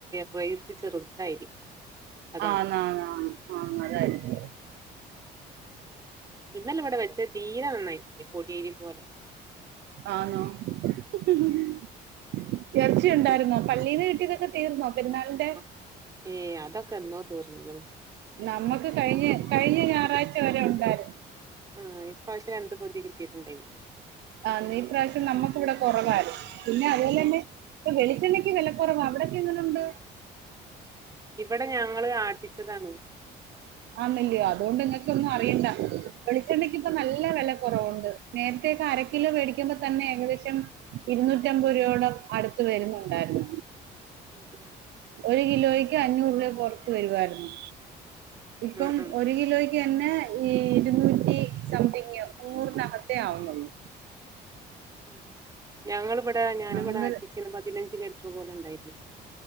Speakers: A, on the right (about 20°); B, on the right (about 75°).
A: പ്രേസി ചെറുതായിരിക്കും അതാണ്
B: ആ നാന ആന്നതായിരിക്ക
A: ഉം ഇന്നലെ ഇവിടെ വെച്ച തീരെ നന്നായിട്ടില്ലേ കോടിയേരി പോലെ
B: ആണോ <unintelligible> യർച്ചയുണ്ടായിുന്നോ
A: പറ്റ
B: പള്ളീൽന്ന് കിട്ടീന്നൊക്കെ തീർന്നോ പെരുന്നാളിന്റെ
A: ആ ഏ അതൊക്കെന്നോ തീർഞ്ഞ
B: നമ്മക്ക് കഴിഞ് കഴിഞ്ഞ ഞായറാഴ്ച വരെ ഉണ്ടായിരുന്നു
A: ആഹ് ഇപ്രാവശ്യം രണ്ട് പൊതി കിട്ടയിട്ടുണ്ടായി
B: ആ നീ പ്രാവശ്യം നമ്മുക്ക് ഇവിടെ കുറവാലും പിന്നെ അതുപോലെ
A: ഉം
B: തന്നെ ഇപ്പ വെളിച്ചണ് വിലപ്പറവാ അവിടെൊക്കെ എങ്ങുണ്ട്
A: ഇവിടെ ഞങ്ങള്ൾ ആ ട്ടിച്ചതാണ്
B: ആന്നല്ലോ അതുകൊണ്ട് നിങ്ങനക്ക ഒന്നും അറിയണ്ട വെളിച്ചണ്ടെക്കി ഇപ്പ
A: ഉം
B: നല്ല വില ണ്ട് നേരത്തക്ക അരക്കിലോ പേടിക്കുമ്പോ തന്നെ ഏകദേശം ഇരുന്നൂറ്റമ്പത് രൂപയം അടു വരുന്നുണ്ടായിരുന്നു
A: <inaudible>
B: ഒരു കിലോയ്ക്ക് അഞ്ഞൂറ് രൂപ പുറത്ത് വരുവായിരുന്നു ഇപ്പം
A: ഉം ഉം
B: ഒരു കിലോയ്ക്ക് തന്നെ ഈ ഇരുന്നൂറ്റി സംതിങ് മുന്നൂറിനകത്തേ ആവുന്നുള്ളു
A: <inaudible> ഞങ്ങ ഇവിടെ ഞാനിവിടെ
B: അങ്ങനെ
A: അട്ടിച്ചിന് പതിനഞ്ച് ലറ്റർ പോലെ ഉണ്ടായില്ല